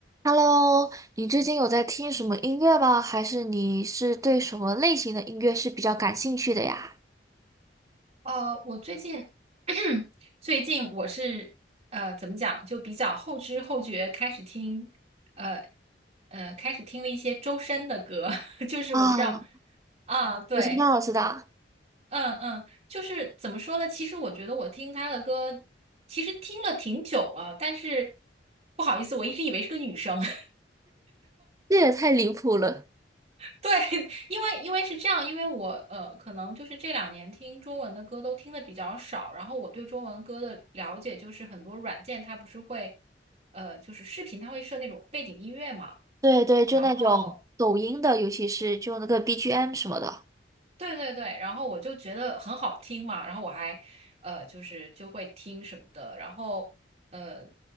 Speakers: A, on the right; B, on the right.
A: Hello，你最近有在听什么音乐吗？还是你是对什么类型的音乐是比较感兴趣的呀？
B: 呃，我最近 <clears throat> 最近我是呃怎么讲，就比较后知后觉开始听呃呃开始听了一些周深的歌，<laughs> 就是我不知道
A: 啊，
B: 啊，对，
A: 我知道，我知道，
B: 嗯嗯，就是怎么说呢？其实我觉得我听他的歌，其实听了挺久了，但是不好意思，我一直以为是个女生，<laughs>
A: 这也太离谱了。
B: 对，<laughs> 因为因为是这样，因为我呃，可能就是这两年听中文的歌都听的比较少，然后我对中文歌的了解就是很多软件它不是会，呃，就是视频它会设那种背景音乐嘛，
A: 对对，就那种抖音的，
B: 然后
A: 尤其是就那个 BGM 什么的，
B: 对对对，然后我就觉得很好听嘛，然后我还呃就是就会听什么的，然后呃